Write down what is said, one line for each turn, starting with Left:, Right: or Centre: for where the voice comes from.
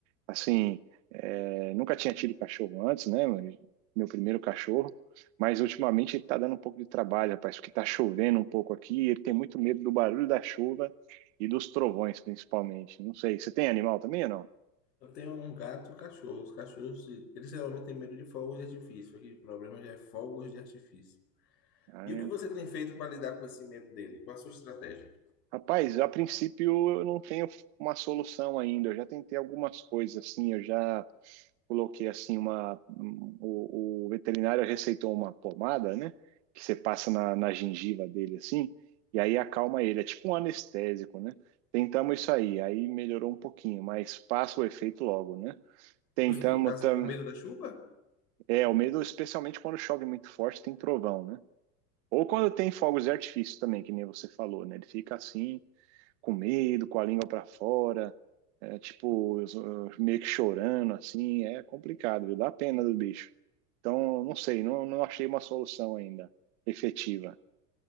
Right: Assim, é, nunca tinha tido cachorro antes, né? mas Meu primeiro cachorro, mas ultimamente ele tá dando um pouco de trabalho, rapaz, porque tá chovendo um pouco aqui, ele tem muito medo do barulho da chuva e dos trovões, principalmente. Não sei, você tem animal também ou não?
Left: Eu tenho um gato e um cachorro. Os cachorros, eles geralmente têm medo de fogos de artifício. Aqui o problema já é fogos de artifício.
Right: Ah,
Left: E o que você tem feito para lidar com esse medo dele? Qual a sua estratégia?
Right: Rapaz, a princípio eu não tenho uma solução ainda. Eu já tentei algumas coisas assim, eu já coloquei assim uma um, o, o veterinário receitou uma pomada, né, que você passa na, na gengiva dele assim, e aí acalma ele. É tipo um anestésico, né? Tentamos isso aí, aí melhorou um pouquinho, mas passa o efeito logo, né? Tentamos
Left: Poxa, No caso,
Right: tam...
Left: o medo da chuva?
Right: é, o medo especialmente quando chove muito forte, tem trovão, né? Ou quando tem fogos de artifício também, que nem você falou, né? Ele fica assim com medo, com a língua para fora, é, tipo, eu- eu meio que chorando, assim, é complicado, viu? Dá pena do bicho. Então, não sei, não, não achei uma solução ainda efetiva.